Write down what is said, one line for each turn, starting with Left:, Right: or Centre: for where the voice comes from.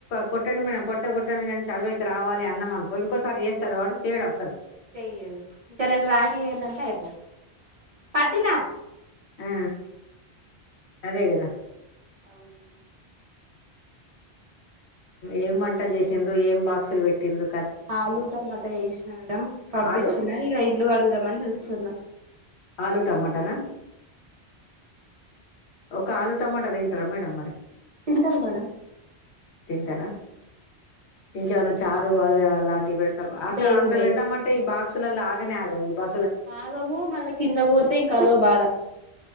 Left: కొట్టండి మేడం కొట్ట కొట్టండి కానీ చదువైతే రావాలి అన్నాం అనుకో ఇంకోసారి చేస్తాడు వాడు చేయడు వస్తాడు
Right: చెయ్యదు ఇంకా రెం దాకాడింట అయిపో పట్న
Left: ఆ అదే కదా
Right: అవునువు
Left: ఏం వంటలు చేసింద్రు ఏం బాక్సులు పెట్టిందిరు
Right: ఆలుూ టమాటా వేసిన మేడ పంపించిన
Left: ఆలు
Right: ఇక ఇల్లు కడుగుదాంమని చూస్తున్నా
Left: ఆలూ టమాటానా ఒక ఆలు టమాటా తింటారా మేడ మరి
Right: తింటారు మేడం
Left: తింటారా ఇంకెవను చారు అది అలాంటివిడు అ
Right: లేదు
Left: అట్లా పెడదామంటే ఈ బాగా ససలలా ఆగనే ఆగా ఈ బా
Right: రాగబో మళ్ళా కింద పోతే ఇంకాదో బాధ